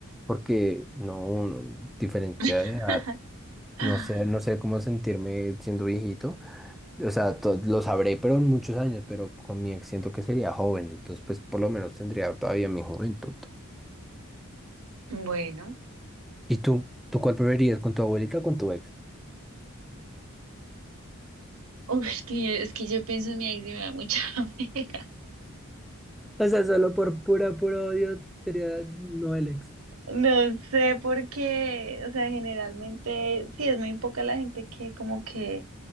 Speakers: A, in the centre; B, on the right (about 80°).
A: porque no, un- diferencia
B: <laughs>
A: de edad, no
B: Ah,
A: sé, no sé cómo sentirme siendo viejito, o sea, to- lo sabré, pero en muchos años, pero con mi ex siento que sería joven, entonces pues por lo menos tendría todavía mi juventud.
B: Bueno,
A: ¿Y tú? ¿Tú cuál preferirías, con tu abuelita o con tu ex?
B: <laughs> Uf, es que, es que yo pienso en mi ex y me da mucha <laughs> pena.
A: O sea, solo por pura, puro odio sería no el ex.
B: No sé por qué, o sea, generalmente sí es muy poca la gente que como que